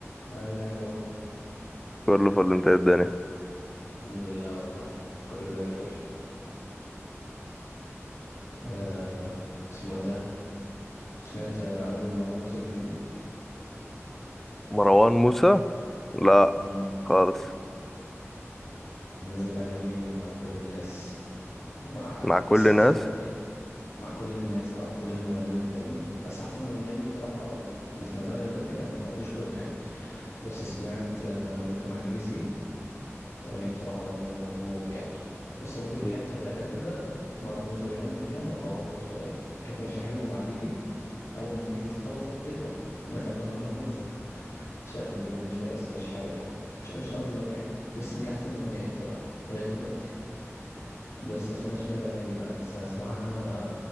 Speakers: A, on the left; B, in the centre.
A: عامل ايه يا اخوي
B: كله فل انت ايه الدنيا
A: الحمد لله والله كله زي الفل آه اسمه ايه ده سمعت آه، ألبوم مروان موسى الجديد
B: مروان موسى لا
A: مم.
B: خالص
A: منزل اغاني مع كل الناس مع
B: مع كل
A: بس احسن
B: الناس
A: اغنيه مع كل الناس اه كل المغنيين التانيين بس احسن اغنيه لي بصراحه اللي سمعتها لغايه دلوقتي انا ما سمعتوش كله يعني بس سمعت آه، اغنيته مع ليجاسي اغنيه بصراحه جامده موت موت يعني بس هو في في
B: مم.
A: حته في الاخر كده مروان موسى بيغني فيها بوظها شويه كانت ماشيه حلو مع ليجي اول ما ليجاسي خلص حتته دخل بقى مروان موسى شقلب الدنيا شويه بس مش حلوه يعني مش مش اظرف حته بس دي احسن اغنيه بصراحه لغايه دلوقتي بس ما سمعتش بقى الاغاني بقى لسه هسمعها